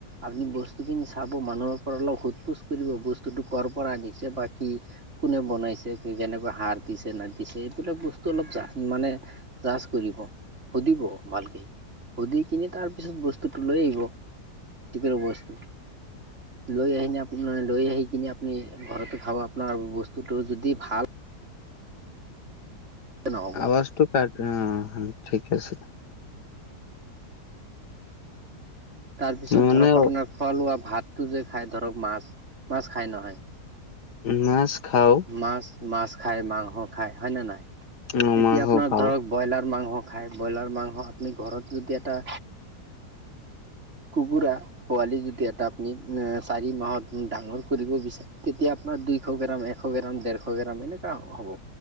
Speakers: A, on the right; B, on the left.
A: আপুনি বস্তুখিনি চাব মানুহৰ পৰা অলপ সোধ পোছ কৰিব বস্তুটো কৰ' পৰা আনিছে বা কি কোনে বনাইছে, কোন কেনেকুৱা সাৰ দিছে না এইবিলাক বস্তু অলপ জা মানে জাজ কৰিব সুধিব ভালকৈ সুধি কিনে তাৰপিছত বস্তুটো লৈ আহিব, যিখিনি বস্তু লৈ আহনে, লৈ আহি কিনে আপুনি খাব আপোনাৰ বস্তুটো যদি ভাল নহ'ব
B: আৱাজটো কাট অ', ঠিক আছে।
A: তাৰপিছত
B: মানে
A: ধৰক আপোনাৰ খোৱা লোৱা ভাতটো যে খাই ধৰক মাছ, মাছ খাই নহয়
B: মাছ খাওঁ।
A: মাছ-মাছ খাই, মাংস খায় হয়নে নাই,
B: অ
A: এতিয়া
B: মাংস
A: আপোনাৰ
B: খাও
A: ধৰক ব্ৰইলাৰ মাংস খায়, ব্ৰইলাৰ মাংস আপুনি ঘৰত যদি এটা কুকুৰা, পোৱালি যদি এটা আপুনি চাৰি মাহত ডাঙৰ কৰিব বিচাৰ তেতিয়া আপোনাৰ দুইশ গ্ৰাম, এশ গ্ৰাম, দেৰশ গ্ৰাম এনেকুৱা হ'ব।